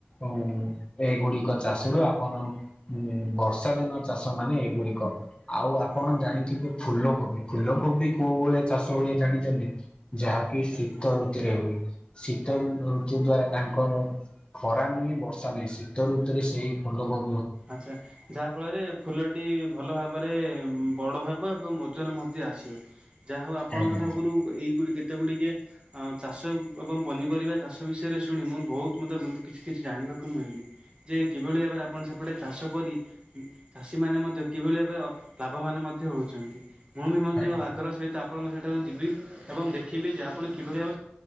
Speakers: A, on the left; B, on the right.
A: ଉ ଏଗୁଡିକ ଚାଷରୁ ଆପଣ ହୁଁ ବର୍ଷା ଦିନ ଚାଷ ମାନେ ଏଗୁଡିକ। ଆଉ ଆପଣ
B: ଆଚ୍ଛା
A: ଜାଣିଥିବେ ଫୁଲ କୋବି ଫୁଲ କୋବି କୋଉବେଳେ ଚାଷ ହୁଏ ଜାଣିଛନ୍ତି? ଯାହାକି
B: ଆଚ୍ଛା
A: ଶୀତ ଋତୁରେ ହୁଏ ଶୀତ ଋତୁ ଦ୍ଵାରା ତାଙ୍କ ଖରା ନୁହେଁ ବର୍ଷା ନୁହିଁ ଶୀତ ଋତୁରେ ସେଇ ଫୁଲ କୋ
B: ଆଛା ଯାହା ଫଳରେ ଫୁଲଟି ଭଲ ଭାବରେ ବଡ ହେବ ଏବଂ ଓଜନ ମ ଯେ ଆସିବ ଯାହା ହଉ ଆପଣଙ୍କ
A: ଆଜ୍ଞା
B: ଠାକୁରୁ ଏଇଗୁଡ଼ି କେତେ ଗୁଡିକେ ଆଁ ଚାଷ ଏବଂ ପନିପରିବା ଚାଷ ବିଷୟରେ ଶୁଣି ମୁଁ ବହୁତୁ ମତେ କିଛି କିଛି ଜାଣିବାକୁ ମିଳି ଯେ କିଭଳି ଭାବରେ ଆପଣ ସେ ସେପଟେ ଚାଷ କରି ଚାଷୀ ମାନେ ମଧ୍ୟ କିଭଳି ଭାବବେ ଲାଭବାନ ମଧ୍ୟ ହଉଛନ୍ତି। ମୁଁ ବି ମଧ୍ୟ
A: ଆଜ୍ଞା।
B: ଆଗ୍ରହ ସହିତ ଆପଣଙ୍କ ସେଠାକୁ ଯିବି ଏବଂ ଦେଖିବି ଯେ ଆପଣ କିଭଳି ଭାବ